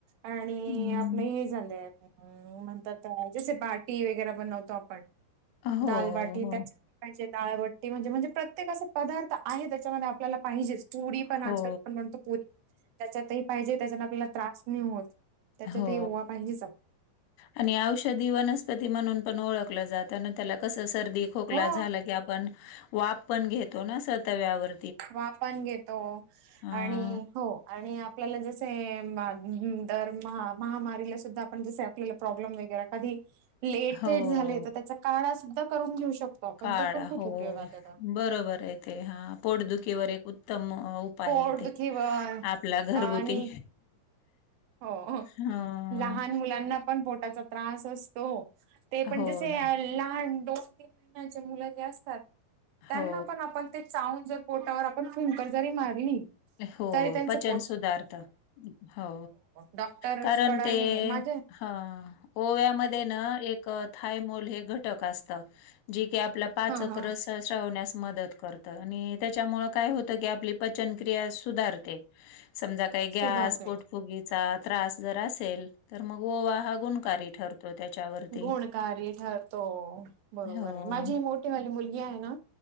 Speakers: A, on the right (about 75°); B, on the left (about 85°).
A: आणि
B: हं.
A: आपलं हे झाले <unintelligible> म्हणतात जसे बाटी वगैर बनवतो आपण.
B: हो,
A: दालबाटी
B: हो.
A: त्या <unintelligible> दालबाटी म्हणजे म्हणजे प्रत्येक अस पदार्थ आहे त्याच्यामध्ये आपल्याला पाहिजेच पुरी पण
B: हो,
A: आजका आपण बनवतो त्याच्यातही पाहिजे त्याच्यान आपल्याला त्रास नाही होत. त्याच्यातही
B: हो
A: ओवा पाहिजेच आप
B: आणि औषधी वनस्पती म्हणून पण ओळखलं जात अन त्याला कस सर्दी खोकला
A: हो
B: झाला की आपण वाफ पण घेतो ना असं तव्यावर.
A: वाफ पण घेतो
B: हां.
A: आणि हो आणि आप आपल्याला जसे हे <unintelligible> दर महा-महामारीला सुद्धा आपण जसे आपल्याला प्रॉब्लेम वगैरे कधी लेट
B: हो.
A: थेट झाले तर त्याचा काळा सुद्धा करून घेऊ शकतो आपण
B: काढा
A: तो पण खूप
B: हो
A: उपयोगात येत आता.
B: बरोबर आहे ते हा पोटदुखकीवर एक उत उत्तम उपाय
A: पोटदुखी
B: ते
A: वर
B: आपला घरगुती.
A: आणि हो हो
B: हं
A: लहान मुलांना पण पोटाचा त्रास असतो. ते पण
B: हो
A: जसे
B: ना
A: अ लहान दोन तीन महिन्याचे मुलं जे असतात त्यांना
B: हो
A: पण आपण ते चावून जर पोटावर आपण फुंकर जरी मारली
B: हो
A: तरी त्यांचं
B: पचन
A: पोट
B: सुधारत. हो
A: डॉक्टर्स
B: कारण
A: कडाने
B: ते
A: माझे
B: ह ओव्यामध्ये न एक अ थायमोल हे घटक असत, जे की आपला पाचक
A: हा हा
B: रस शवण्यास मदत करत आणि त्याच्यामुळ काय होतं की आपली पचन क्रिया सुधारते समजा काय गॅस
A: सुधारते
B: पोटफुगी चा त्रास जर असेल तर मग ओवा हा गुणकारी ठरतो त्याच्यावरती
A: गुणकारी ठरतो बरोबर
B: हो
A: आहे माझी मोठी ते वाली मुलगी आहे, ना